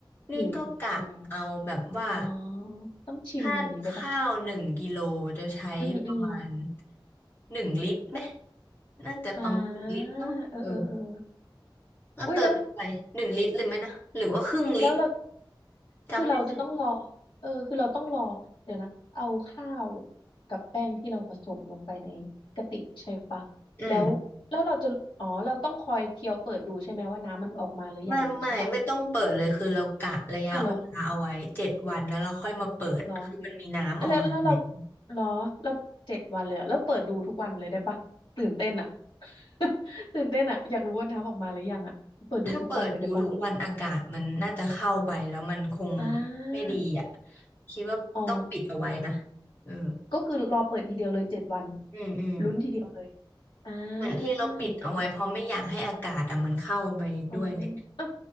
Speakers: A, on the left; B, on the left.
A: นี่ก็กะเอาแบบว่า
B: หรือยังไงวะอ๋อต้องชิมอย่างนี้ได้ปะ
A: ถ้าข้าวหนึ่งกิโลจะใช้ประมาณ
B: อืมอืม
A: หนึ่งลิตรไหมน่าจะประมาณหนึ่งลิตรเนาะเออ
B: อ่าเออเออเออ
A: ก็เติมไปหนึ่งลิตรเลยไหมนะหรือว่าครึ่งลิตร
B: อุ้ยแล้วแล้วเรา
A: จำไม่ได้
B: คือเราจะต้องรอเออคือเราต้องรอเดี๋ยวนะเอาข้าวกับแป้งที่เราผสมลงไปในกระติกใช่ปะแล้วแล้วเราจะอ๋อเราต้องคอยเทียวเปิดดูใช่ไหมว่าน้ำมันออกมาหรือยังนี้ใช่ปะ
A: อืม ไม่ไม่ไม่ต้องเปิดเลยคือเรากะระยะเวลาเอาไว้เจ็ดวันแล้วเราค่อยมาเปิดคือมันมีน้ำออกมาอยู่แล้ว
B: อ้าวเหรอเหรอ แล้วแล้วเราเหรอเราเจ็ดวันเลยอะแล้วเปิดดูทุกวันเลยได้ปะตื่นเต้นอ่ะ <laughs> ตื่นเต้นอ่ะอยากรู้ว่าน้ำออกมาหรือยังอ่ะเปิดดูทุกวันเลยได้ปะ
A: ถ้าเปิดดูทุกวันอากาศมันน่าจะเข้าไปแล้วมันคง
B: อ่
A: ไม่ดีอ่ะ
B: า
A: คิดว่าต้องปิดเอาไว้นะ
B: อ๋อ
A: เออ
B: ก็คือรอเปิดทีเดียวเลยเจ็ดวัน
A: อืมอืม
B: ลุ้นทีเดียวเลยอ่า
A: เหมือนที่เราปิดเอาไว้เพราะไม่อยากให้อากาศอ่ะมันเข้าไปด้วยเลย
B: โอเคอ๋ออ่ะ